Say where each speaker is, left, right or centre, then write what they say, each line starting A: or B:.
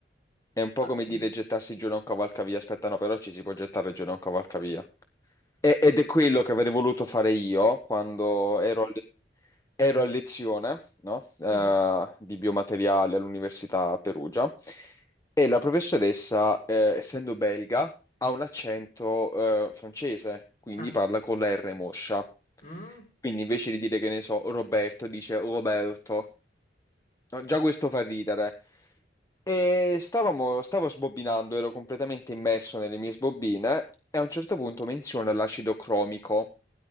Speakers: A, on the left; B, on the left.
A: È un po'
B: Ah,
A: come dire gettarsi giù da un cavalcavia. Aspetta, no, però ci si può gettare giù da un cavalcavia. E- ed è quello che avrei voluto fare io quando ero a, le- ero a lezione, no? Eh,
B: mhm.
A: di biomateriali all'Università a Perugia. E la professoressa, eh, essendo belga, ha un accento, eh, francese, quindi
B: Ah,
A: parla con la R moscia.
B: mm,
A: Quindi invece di dire che ne so, Roberto, dice Roberto. No, già questo fa ridere. E stavamo, stavo sbobbinando, ero completamente immerso nelle mie sbobbine e a un certo punto menziona l'acido cromico,